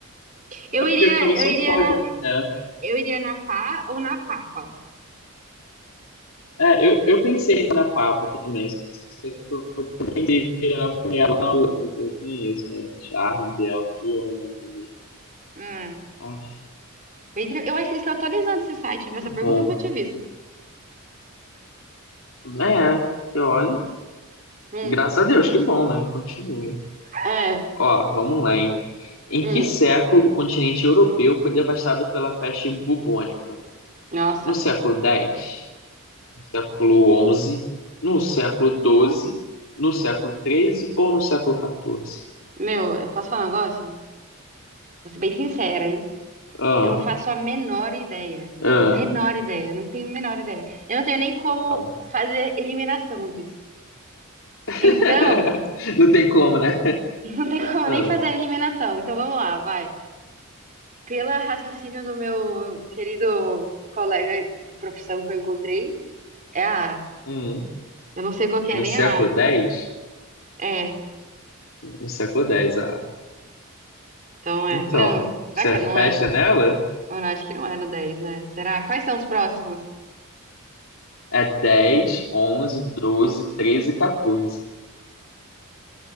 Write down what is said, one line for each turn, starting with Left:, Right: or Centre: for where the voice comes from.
Right: Eu
Left: É porque
Right: iria,
Left: eles também são
Right: eu iria
Left: códigos,
Right: na
Left: né?
Right: Eu iria na Pá ou na Papa?
Left: É, eu, eu pensei na Papa também. só que Eu eu pensei ela na outra que eu conheço, né? Charlie dela, que homem. né?
Right: Hum,
Left: Ah,
Right: bem, tra- eu acho que eles estão atualizando esse site, viu?
Left: tá
Right: Essa
Left: bom.
Right: pergunta eu nunca tinha visto.
Left: É, e olha.
Right: Hum,
Left: Graças a Deus, que bom, né? Continue.
Right: é,
Left: Ó, vamos lá, hein? Em
Right: hum.
Left: que século o continente europeu foi devastado pela peste bubônica?
Right: Nossa,
Left: No século X, no século onze, no século doze, no século treze ou no século XIV?
Right: meu, eu posso falar um negócio? Vou ser bem sincera, hein?
Left: Ah,
Right: Eu não faço a menor ideia.
Left: ah,
Right: Menor ideia, eu não tenho a menor ideia. Eu não tenho nem como
Left: então.
Right: fazer eliminação disso.
Left: <laughs>
Right: Então,
Left: Não tem como, né?
Right: <laughs> não tem como
Left: Ah,
Right: nem fazer a eliminação. Então vamos lá, vai. Pelo raciocínio do meu querido colega de profissão que eu encontrei, é a A.
Left: hum,
Right: Eu não sei qual que
Left: no
Right: é nem
Left: século
Right: a A.
Left: dez,
Right: É,
Left: No século dez, ah.
Right: então é.
Left: Então,
Right: Não, será
Left: você
Right: que é? Não
Left: fecha
Right: é?
Left: nela?
Right: Não, não, acho que não é no 10, né? Será? Quais são os próximos?
Left: É 10, 11, 12, 13 e 14.